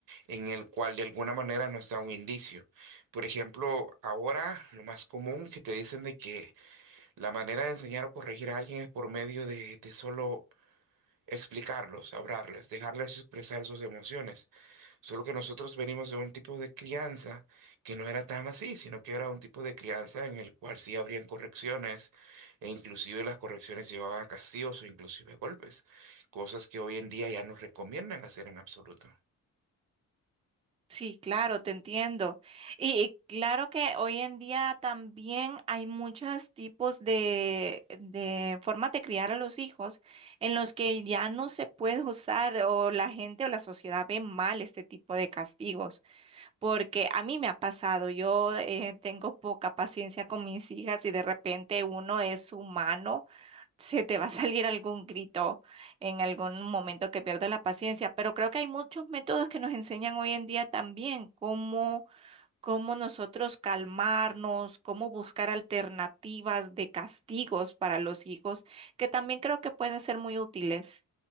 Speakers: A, on the right; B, on the right.
A: en el cual de alguna manera nos da un indicio. Por ejemplo, ahora lo más común que te dicen de que La manera de enseñar o corregir a alguien es por medio de, de solo explicarlos, hablarles, dejarles expresar sus emociones. Solo que nosotros venimos de un tipo de crianza que no era tan así, sino que era un tipo de crianza en el cual sí habrían correcciones e inclusive las correcciones llevaban a castigos o inclusive golpes, cosas que hoy en día ya no recomiendan hacer en absoluto.
B: Sí, claro, te entiendo. Y, y claro que hoy en día también hay muchos tipos de, de formas de criar a los hijos en los que ya no se puede usar o la gente o la sociedad ve mal este tipo de castigos. porque a mí me ha pasado, yo eh, tengo poca paciencia con mis hijas y de repente uno es humano, se te va a salir algún grito en algún momento que pierdas la paciencia, pero creo que hay muchos métodos que nos enseñan hoy en día también cómo cómo nosotros calmarnos, cómo buscar alternativas de castigos para los hijos, que también creo que pueden ser muy útiles.